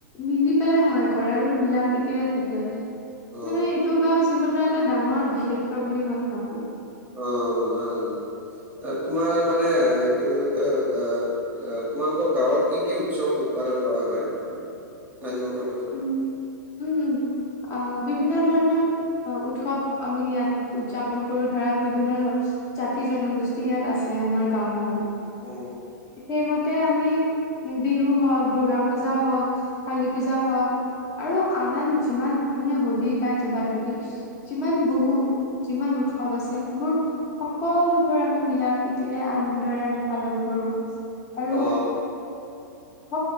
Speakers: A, on the left; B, on the right.
A: মিলি পেলাই সহায় কৰে আৰু মিলা প্ৰিতিৰে থাকে
B: অ
A: মানে এইটো গাঁও জিবনত এটা ডাঙৰ বিশেষত্ত বুলি মই ভাবো।
B: অ' হয় তোমাৰ মানে কি বুলি কয় আহ তোমালোকৰ গাঁৱত কি কি উৎসৱ উৎপাদন কৰা হয়, জানিব পাৰি নেকি?
A: উম, উম, উম, অ' বিভিন্ন ধৰণৰ অ' উৎসৱ আমি ইয়াত উদযাপন কৰো ধৰা বিভিন্ন জাতি-জনগোষ্ঠী ইয়াত আছে আমাৰ গাওখনত
B: উম
A: স <unintelligible> তে আমি বিহু হওক, দূৰ্গা পূজা হওক, কালী পূজা হওক আৰু আন আন যিমান মানে হোলী বা কিবা কিবি যিমান বহু যিমান উৎসৱ আছে সেইবোৰ <unintelligible> সকলোবোৰ আমি মিলা প্ৰীতিৰে আনন্দৰে আমি পালন কৰো আৰু
B: অ
A: স